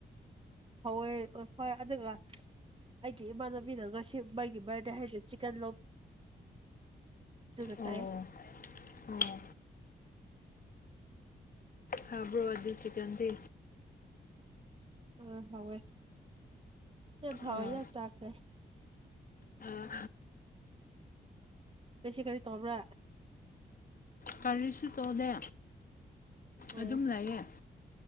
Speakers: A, on the right; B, on the left.
A: ꯍꯣꯏ ꯍꯣꯏ ꯑꯗꯨꯗ ꯑꯩꯒꯤ ꯏꯃꯥꯟꯅꯕꯤꯅ ꯉꯁꯤ ꯃꯒꯤ ꯕꯥꯔꯗꯦ ꯍꯥꯏꯁꯦ ꯆꯤꯛꯀꯟ ꯂꯣ ꯑꯗꯨꯒꯕ
B: ꯑꯣ
A: ꯆꯥꯏ
B: ꯑꯣ ꯍꯥꯕ꯭ꯔꯣꯕꯥꯗꯤ ꯆꯤꯀꯟꯗꯤ
A: ꯎꯝ ꯍꯋ ꯁ ꯍꯥꯎ
B: ꯑꯣ
A: ꯌꯥ ꯆꯥꯈꯦ
B: ꯑ
A: ꯦꯁ ꯀꯔꯔꯤ ꯇꯕ꯭ꯔ
B: ꯀꯔꯤꯁꯨ ꯇꯣꯂꯦ
A: ꯎꯝ
B: ꯑꯗꯨꯝ ꯂꯩꯌꯦ